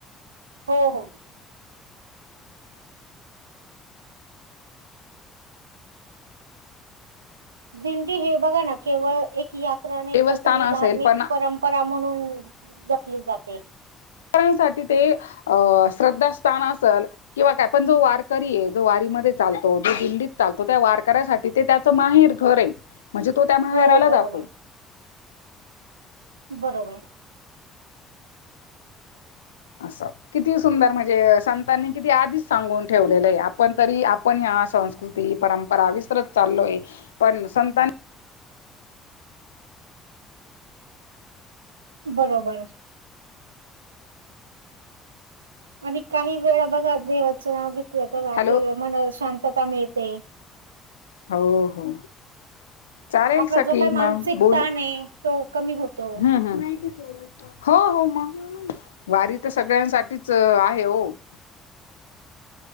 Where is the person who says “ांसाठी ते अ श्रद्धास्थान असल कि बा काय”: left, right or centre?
Left